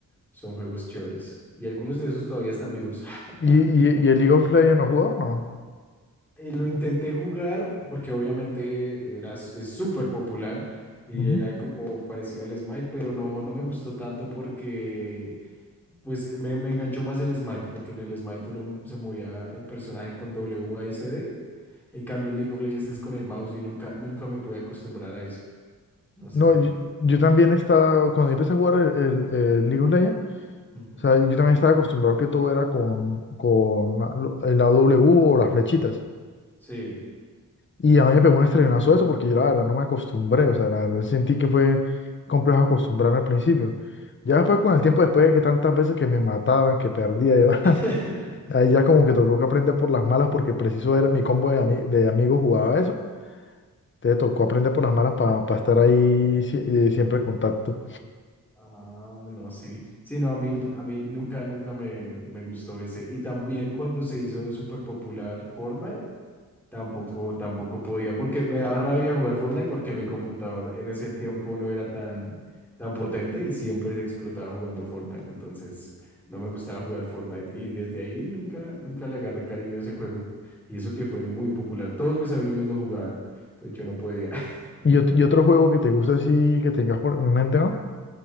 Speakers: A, in the centre; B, on the left (about 35°).
A: Son juegos chéveres. Y algunos de esos todavía están vivos. <laughs>
B: ¿Y, y, y el League of Legends no has jugado? No.
A: Eh, Lo intenté jugar porque obviamente era, s- es súper popular y
B: Ujú.
A: era como parecido al Smite, pero no, no me gustó tanto porque Pues me, me enganchó más el Smite, porque en el Smite uno se movía el personaje con w A s d En cambio, en League of Legends es con el mouse y nunca, nunca me pude acostumbrar a eso. No sé
B: No,
A: por
B: yo,
A: qué.
B: yo también estaba, cuando yo empecé a jugar el, el el League of Legends,
A: Ujú.
B: O sea, yo también estaba acostumbrado que todo era con, con la, lo- el AW o las flechitas.
A: Sí.
B: Y a mí me pegó un estrellazo eso porque yo la verdad no me acostumbré. O sea, la verdad sentí que fue complejo acostumbrarme al principio. Ya después con el tiempo, después de que tantas veces que me mataban, que perdía y demás,
A: <laughs>
B: <laughs> ahí ya como que tocó que aprender por las malas porque preciso era mi combo de, ami- de amigos jugaba eso. Te tocó aprender por las malas para estar ahí sie- eh, siempre en contacto.
A: Ah, no, sí. Sí, no, a mí, a mí nunca, nunca me, me gustó ese. Y también cuando se hizo súper popular Fortnite Tampoco, tampoco podía, porque me daba rabia jugar Fortnite porque mi computador en ese tiempo no era tan, tan potente y siempre se explotaba jugando Fortnite, entonces no me gustaba jugar Fortnite y desde ahí nunca, nunca le agarré cariño a ese juego. Y eso que fue muy popular, todos mis amigos lo jugaban, entonces yo no podía. <laughs>
B: Y, ot- y otro juego que te gusta así, que tengas por en mente, ¿no?